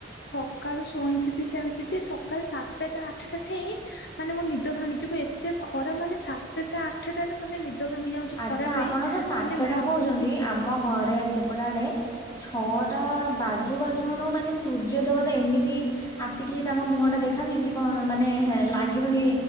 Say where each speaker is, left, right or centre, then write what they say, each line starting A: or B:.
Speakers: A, on the left (about 60°); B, on the left (about 20°).
A: ସକାଳୁ ଶୁୋଇଁଥିବି ସେମିତି ଯେ ସକାଳେ ସାତଟା ଆଠଟା ଠେଇଁ ମାନେ ମୋ ନିଦ ଭାଙ୍ଗିଯିବ ଏ ଏ ଖରା ମାନେ ସାତଟା ଆଠଟାରେ ମାନେ ଭାଙ୍ଗି ଯାଉଛି
B: ଆଚ୍ଛା
A: ଖରାପ ପାଇଁ
B: ଆପଣ ତ ସାତଟା
A: ମାନେ ଭାବନ୍ତୁ
B: କହୁଛନ୍ତି ଆମ ଘରେ ସେପଟେ ଆଡେ ଛଅଟା ବାଜୁ ବାଜୁଣୁନୁ ମାନେ ସୂର୍ଯ୍ୟ ଦେବତା ଏମିତି ଆସିକି ତାଙ୍କ ମୁହଁ ଟା ଦେଖାନ୍ତି ଏମିତି କଣ ମାନେ ଲାଗିବ କି